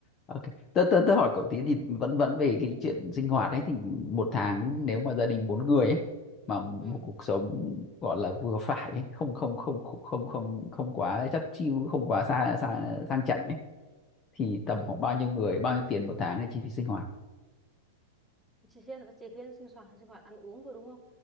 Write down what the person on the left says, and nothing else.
ok tớ tớ tớ hỏi cậu tí thì vẫn vẫn về cái chuyện sinh hoạt ấy thì một tháng nếu mà gia đình bốn người ấy mà một
cuộc sống gọi là vừa phải ấy, không không không không không không quá chắc chiu không quá xa xa sang chảnh ấy thì tầm
khoảng bao nhiêu người bao nhiêu tiền một tháng là chi phí sinh hoạt